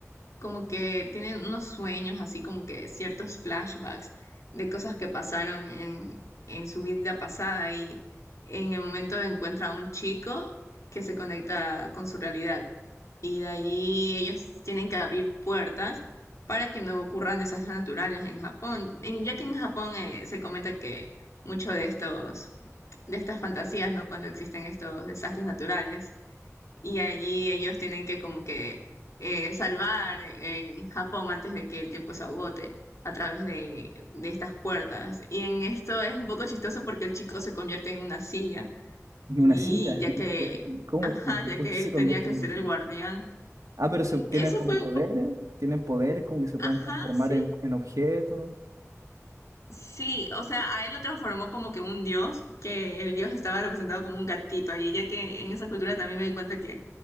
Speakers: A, on the left (about 70°); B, on the right (about 80°).
A: como que tienen unos sueños, así como que ciertos flashbacks de cosas que pasaron en, en su vida pasada y en el momento encuentra a un chico que se conecta con su realidad y de allí ellos tienen que abrir puertas para que no ocurran desastres naturales en Japón, En- ya que en Japón eh, se comenta que mucho de estos, de estas fantasías, ¿no? Cuando existen estos desastres naturales y allí ellos tienen que como que eh, salvar eh, Japón antes de que el tiempo se agote a través de, de estas puertas. Y en esto es un poco chistoso porque el chico se convierte en una silla
B: En
A: y
B: una silla.
A: ya
B: <laughs>
A: que,
B: ¿Cómo?
A: ajá,
B: ¿Por qué,
A: ya
B: por
A: que
B: qué se
A: él
B: convierte
A: tenía que
B: en
A: ser
B: una silla?
A: el guardián.
B: Ah, pero se, tienen
A: Eso
B: como
A: fue
B: poderes,
A: un poco,
B: tienen poderes como que se
A: ajá,
B: pueden transformar
A: sí.
B: en, en objetos.
A: Sí, o sea, a él lo transformó como que un dios, que el dios estaba representado como un gatito allí, ya que en esa cultura también me di cuenta que